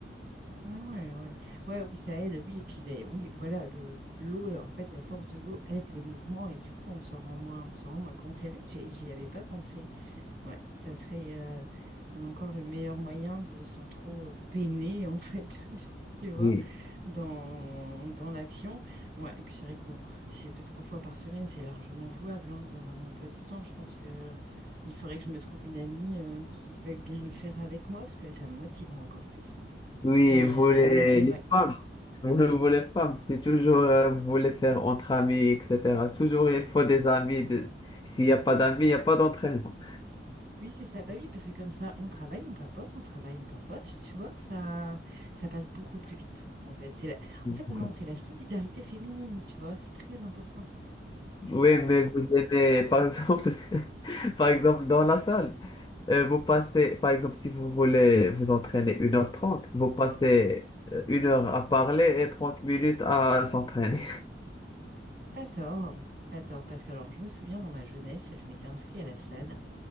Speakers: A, on the right; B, on the left.
A: Ouais, ouais, ouais. Ouais, oui, ça aide. Oui, et puis les- oui, voilà, le l'eau, là, en fait, la force de l'eau aide les mouvements et du coup, on s'en rend moins, on s'en rend moins compte. C'est vrai que j'ai- j'y avais pas pensé. Ouais, ça serait euh, encore le meilleur moyen de sans trop peiner, en fait, <laughs> tu vois,
B: Oui.
A: dans, dans l'action. Ouais, et puis c'est vrai que bon, si c'est deux, trois fois par semaine, c'est largement jouable hein, dans un emploi du temps. Je pense que il faudrait que je me trouve une amie euh, qui veuille bien le faire avec moi parce que ça me motiverait encore plus.
B: Oui,
A: Et
B: vous
A: euh,
B: les,
A: mais c'est
B: les-
A: ouais,
B: vous, vous les femmes, c'est toujours, euh, vous voulez faire entre amis, etc. Toujours, il faut des amis. des- S'il n'y a pas d'amis, il n'y a pas d'entraînement.
A: Oui, c'est ça. Bah oui, parce que comme ça, on travaille, on papote, on travaille, on papote. Tu vois, ça, ça passe beaucoup plus vite. En fait, c'est la... en fait,
B: Voilà.
A: non, c'est la solidarité féminine. Tu vois, c'est très important.
B: Oui, mais vous aimez, par exemple, <laughs> par exemple, dans la salle, euh, vous passez, par exemple, si vous voulez vous entraîner une heure trente, vous passez euh, une heure à parler et 30 minutes à s'entraîner.
A: Pas tort, pas tort. Parce que alors, je me souviens dans ma jeunesse, je m'étais inscrite à la salle.